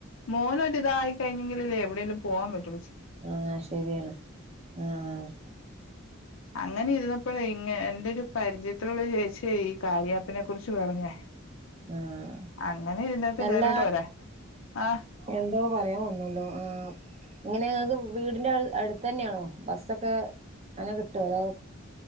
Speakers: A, on the left (about 65°); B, on the right (about 30°).
A: മോൻ ഒരിതായി കഴിഞ്ഞെങ്കിലല്ലേ എവിടെയേലും പോവാൻ പറ്റോളിച്ച്
B: ആഹ ശരിയാണ് ആഹ ആ
A: അങ്ങനെ ഇരുന്ന ഇപ്പഴ ഇങ്ങ എന്റെ ഒരു പരിചയത്തിലുള്ള ചേച്ചിയാ ഈ കാര്യാപ്പിനെ കുറിച്ച് പറഞ്ഞെ
B: ആഹ്
A: അങ്ങനെ ഇതിന്റെകത്ത്
B: അല്ല
A: കേറിട്ട് പോരെ ആ
B: എന്തോ പറയാൻ വന്നല്ലോ ആ ഇങ്ങനെ ങ്ങക്ക് വീടിന്റെ അടുത്ത് തന്നെയാണോ ബസ്സൊക്കെ അങ്ങനെ കിട്ടൊ അതൊ